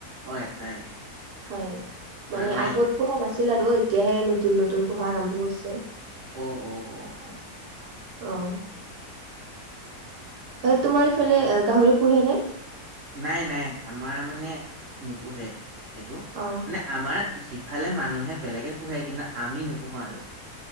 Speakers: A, on the right; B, on the right.
A: অ এটাই।
B: হয়
A: হয়
B: মানে
A: মাইক
B: আগত পঢ়া নাছিল আৰু এতিয়াহে নতুন নতুন পঢ়া আৰম্ভ কৰিছে।
A: অ' অ' অ' অ'
B: অ',
A: ই।
B: হয় তোমাৰ ইফালে গাহৰি পোহে নে?
A: নাই নাই আমাৰ মানে নোপোহে সেইটো।
B: অ
A: মানে আমাৰ সিফালে মানুহে বেলেগে পোহে কিন্তু আমি নোপোহো আৰু